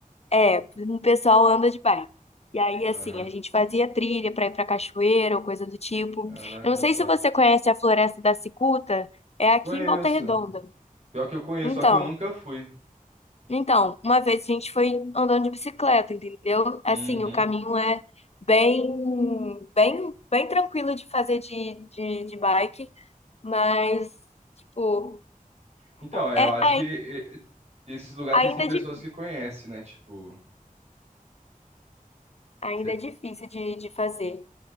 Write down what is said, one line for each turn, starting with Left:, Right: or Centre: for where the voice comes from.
Left: é, o pessoal anda de bike. E aí,
Right: Aham.
Left: assim, a gente fazia trilha para ir para cachoeira ou coisa do tipo.
Right: Caraca,
Left: Eu não sei
Right: top.
Left: se você conhece a Floresta da Cicuta, é aqui
Right: Conheço.
Left: em Volta Redonda.
Right: Pior que eu conheço,
Left: Então,
Right: só que eu nunca fui.
Left: então, uma vez a gente foi andando de bicicleta, entendeu? Assim,
Right: Uhum.
Left: o caminho é bem, bem, bem tranquilo de fazer de, de, de bike, mas, tipo,
Right: Então, é,
Left: é,
Right: eu
Left: é
Right: acho
Left: ai-
Right: que e- e- esses lugares
Left: ainda
Right: tem que ser pessoas
Left: é difícil,
Right: que conhecem, né? Tipo,
Left: ainda
Right: você...
Left: é difícil de, de fazer.